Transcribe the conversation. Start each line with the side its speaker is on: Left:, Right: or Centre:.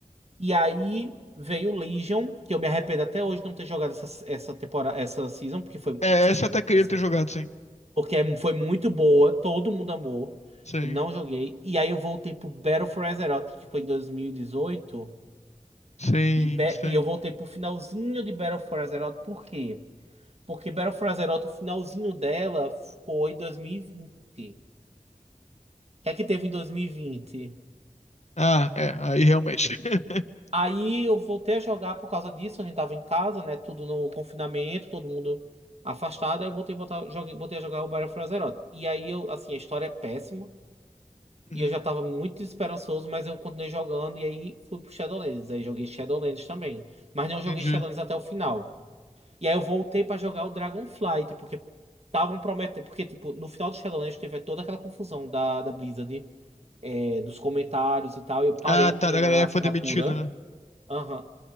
Right: E aí veio Legion, que eu me arrependo até hoje de não ter jogado essa, essa temporada, essa season, porque foi.
Left: É,
Right: Essa
Left: essa
Right: season,
Left: eu até queria
Right: essa
Left: ter jogado, sim.
Right: porque é- foi muito boa, todo mundo amou.
Left: Sim,
Right: Eu Não joguei. E aí eu voltei pro Battle for Azeroth, que foi em 2018.
Left: sim,
Right: E, dezoito.
Left: sim.
Right: E, be- e eu voltei pro finalzinho de Battle for Azeroth, por quê? Porque Battle for Azeroth, o finalzinho dela foi 2020. O que é que teve em 2020?
Left: Ah, é, aí realmente. <laughs>
Right: Aí eu voltei a jogar por causa disso, a gente tava em casa, né? Tudo no confinamento, todo mundo afastado. Aí eu voltei a botar, joguei, botei a jogar o Battle for Azeroth. E aí eu, assim, a história é péssima.
Left: Uhum,
Right: E eu já tava muito desesperançoso, mas eu continuei jogando e aí fui pro Shadowlands. Aí joguei Shadowlands também. Mas não joguei
Left: entendi.
Right: Shadowlands até o final. E aí eu voltei pra jogar o Dragonflight, porque estavam prometendo. Porque, tipo, no final do Shadowlands teve toda aquela confusão da, da Blizzard, é, dos comentários e tal. Eu parei
Left: Ah, tá,
Right: minha
Left: da galera
Right: assinatura.
Left: que foi demitida, né?
Right: Aham.